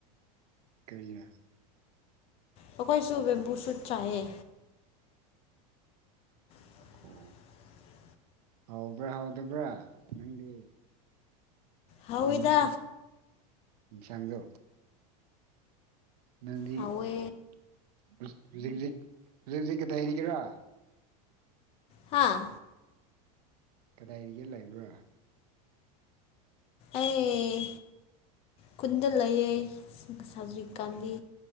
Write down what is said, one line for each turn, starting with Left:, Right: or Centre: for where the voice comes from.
Right: ꯀꯔꯤꯔ
Left: ꯑꯩꯈꯣꯏꯁꯨ ꯕꯦꯝꯕꯨ ꯁꯨꯠ ꯆꯥꯏꯌꯦ <unintelligible>
Right: ꯑꯣ ꯍꯥꯎꯕ꯭ꯔꯥ ꯍꯥꯎꯗꯕ꯭ꯔꯥ ꯅꯪꯗꯤ
Left: ꯍꯥꯎꯋꯤꯗ
Right: ꯕꯣꯝꯕꯨꯁꯨꯠ ꯆꯥꯟꯁꯥꯡꯗꯦ ꯅꯪꯗꯤꯖꯤꯠ
Left: ꯍꯥꯎꯋꯦ
Right: ꯀꯗ ꯍꯥꯏꯔꯤꯒꯦꯔꯥ
Left: ꯍꯥꯥ
Right: ꯀꯗꯥꯏ ꯌ‌ꯦꯜ ꯂꯩꯕ꯭ꯔꯥ
Left: ꯑꯩ ꯀꯨꯟꯗ ꯂꯩꯌꯦ ꯁꯥ ꯖꯤꯀꯥꯟꯗꯤ